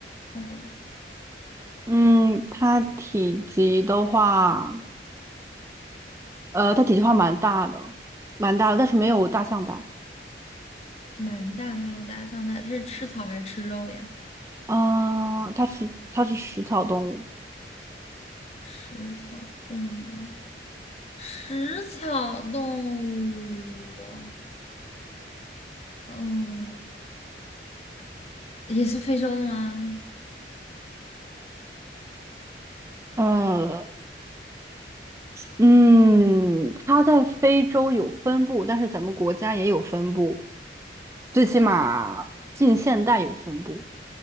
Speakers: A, on the left (about 35°); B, on the right (about 15°).
A: 嗯
B: 嗯，它体积的话，呃，它体积的话蛮大的，蛮大的，但是没有大象大。
A: 蛮大，没有大象大，它是吃草还是吃肉呀？
B: 啊、它是它是食草动物。
A: 食草动物。食草动物，嗯，也是非洲的吗？
B: 呃，嗯，它在非洲有分布，但是咱们国家也有分布，最起码近现代有分布。
A: 嗯